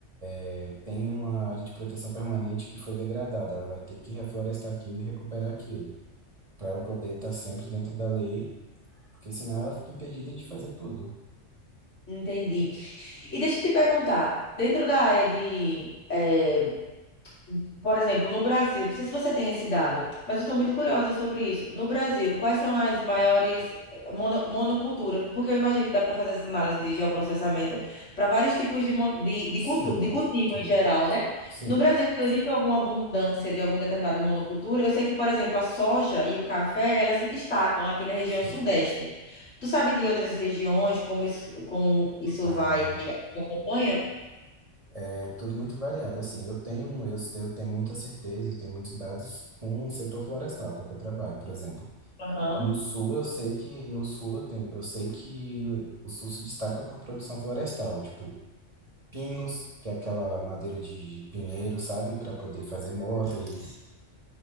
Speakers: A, on the right; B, on the left.
A: É, Tem uma área de proteção permanente que foi degradada, ela vai ter que reflorestar aquilo e recuperar aquilo, para ela poder estar sempre dentro da lei, porque senão ela fica impedida de fazer tudo.
B: Entendi. E deixa eu te perguntar, dentro da área de eh, Por exemplo, no Brasil, não sei se você tem esse dado, mas eu estou muito curiosa sobre isso. No Brasil, quais são as maiores eh, mono- monoculturas? Porque eu imagino que dá para fazer essa análise de geoprocessamento para vários tipos de, mon- de, de,
A: Sim,
B: cultu- de cultivo
A: sim,
B: em geral, né?
A: sim,
B: No Brasil, existe alguma abundância de algum determinado monocultura? Eu sei que, por exemplo, a soja e o café, elas se destacam aqui na região
A: sim.
B: sudeste. Tu sabe de outras regiões, como isso, como isso
A: Ah,
B: vai, acompanha?
A: é tudo muito variado. Assim, eu tenho, eu, eu tenho muita certeza, eu tenho muitos dados com o setor florestal, que é o que eu trabalho, por exemplo.
B: Aham.
A: No sul eu sei que no sul eu tenho, eu sei que o sul se destaca por produção florestal, tipo pinos, que é aquela madeira de, de pinheiro, sabe, para poder fazer móveis.